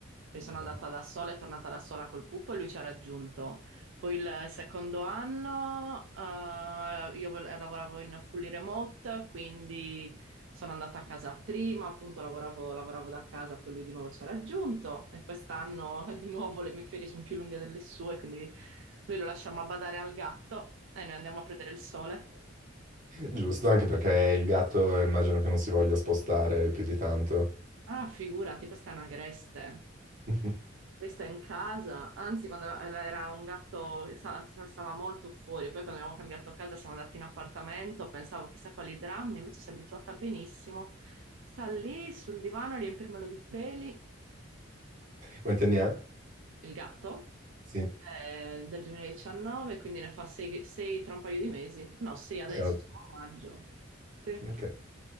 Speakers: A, on the right; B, on the right.
A: Quindi sono
B: Ok.
A: andata da sola e tornata da sola col pupo e lui ci ha raggiunto. Poi il secondo anno eh, io vol- lavoravo in fully remote, quindi sono andata a casa prima, appunto lavoravo, lavoravo da casa, poi lui di nuovo ci ha raggiunto e quest'anno <laughs> di nuovo le mie ferie sono più lunghe delle sue, quindi lui lo lasciamo a badare al gatto e noi andiamo a prendere il sole.
B: Giusto, anche perché il gatto eh, immagino che non si voglia spostare più di tanto.
A: Ah, figurati, questa è una greste.
B: <laughs>
A: Questa è in casa, anzi quando era un gatto sa- sa- stava molto fuori, poi quando abbiamo cambiato casa siamo andati in appartamento, pensavo chissà quali drammi, invece si è abituata benissimo. Sta lì sul divano a riempirmelo di peli.
B: Quanti anni ha?
A: il gatto,
B: Sì.
A: eh, del 2019, quindi ne fa 6 tra un paio di mesi. No, 6 adesso,
B: Eh,
A: siamo a maggio. Sì.
B: ok.